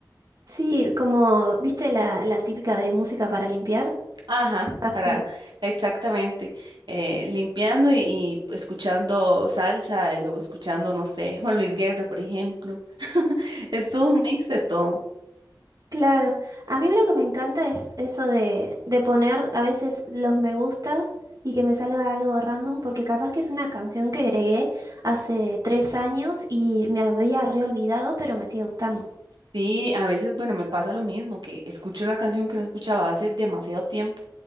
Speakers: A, on the right; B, on the right.
A: Sí, como, ¿viste la, la típica de música para limpiar?
B: Ajá,
A: Así.
B: para, exactamente. eh, limpiando y, y escuchando salsa, y luego escuchando, no sé, <laughs> Juan Luis Guerra, por ejemplo. <laughs> Es todo un mix de todo.
A: Claro, a mí lo que me encanta es eso de, de poner a veces los me gustas y que me salga algo random, porque capaz que es una canción que agregué hace tres años y me había reolvidado, pero me sigue gustando.
B: Sí, a veces, bueno, me pasa lo mismo, que escucho una canción que no escuchaba hace demasiado tiempo